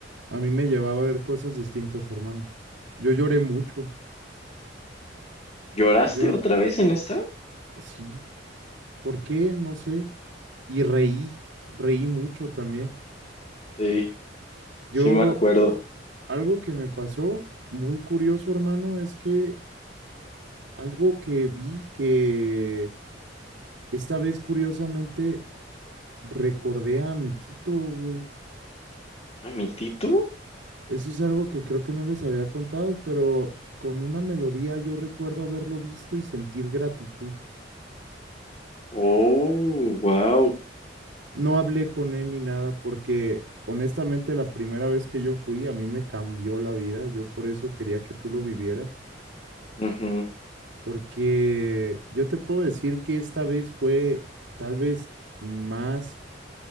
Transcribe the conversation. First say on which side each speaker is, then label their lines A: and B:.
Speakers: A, on the right; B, on the left.
A: A mí me llevaba a ver cosas distintas, hermano. Yo lloré mucho.
B: ¿Lloraste
A: Yo,
B: otra vez en esta?
A: sí. ¿Por qué? No sé. Y reí, reí mucho también.
B: Sí,
A: Yo,
B: sí me acuerdo.
A: algo que me pasó muy curioso, hermano, es que algo que vi que esta vez curiosamente recordé a mi Tito, güey.
B: ¿A mi Tito?
A: Eso es algo que creo que no les había contado, pero con una melodía yo recuerdo haberlo visto y sentir gratitud.
B: Oh, wow.
A: No hablé con él ni nada porque honestamente la primera vez que yo fui a mí me cambió la vida. Yo por eso quería que tú lo vivieras
B: Mhm,
A: Porque yo te puedo decir que esta vez fue tal vez más,